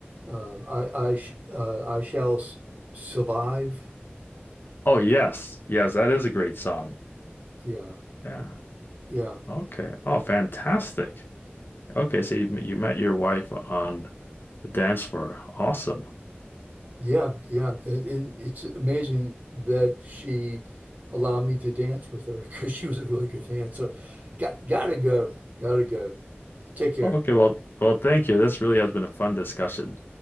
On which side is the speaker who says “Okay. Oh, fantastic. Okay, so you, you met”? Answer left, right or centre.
Left